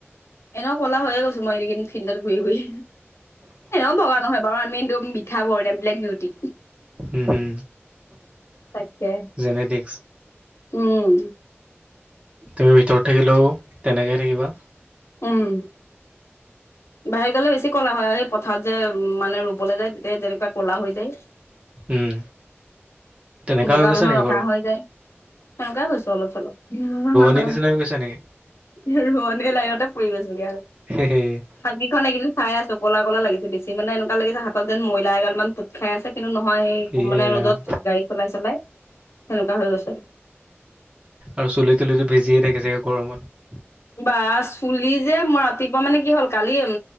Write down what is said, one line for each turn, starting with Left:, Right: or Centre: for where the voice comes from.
Left: এনেও কলা য়ে হৈয়ে গৈছো মই এই কেইদিন ফিল্ডত ঘূৰি ঘূৰি এনেও বগা নহয় বাৰু। আমি একদম মিঠা বৰণীয়া বিলেক বিউটি।
Right: উম, হুম।
Left: তাকে
Right: জেনেটিক্স
Left: উম।
Right: তুমি ভিতৰত থাকিলেও তেনেকৈ থাকিবা।
Left: উম। বাহিৰত গ'লে বেছি ক'লা হয়। এই পথাৰত যে মানে ৰুবলৈ যায়। দে যেনেকুৱা ক'লা হৈ যায়।
Right: উম। তেনেকা
Left: বগা
Right: হৈ গৈছা
Left: মানুহ
Right: নেকি
Left: ৰঙা
Right: বাৰু
Left: হৈ যায়, সেনেকুৱাই হৈছো অলপ চলপ।
Right: ৰুৱনি নিচিনা হৈ গৈছা নেকি?
Left: ৰুৱনি লাইনতে পৰি গৈছোঁ গৈ আৰু।
Right: হে, হে
Left: হাতকেইখন এইকেইদিন চাই আছোঁ। ক'লা ক'লা লাগিছে, বেছি মানে এনেকুৱা লাগিছে হাতত যেন মইলাএগাল মান পোট খাই আছে। কিন্তু, নহয় সেই
Right: ইয়ে
Left: মানে
Right: ৰাম।
Left: ৰ'দত গাড়ী চলাই চলাই সেনেকুৱা হৈ গৈছে।।
Right: আৰু চুলি টুলিটো ভিজিয়ে থাকে চাগে গৰমত।
Left: বা চুলি যে মোৰ ৰাতিপুৱা মানে কি হ'ল কালি উম,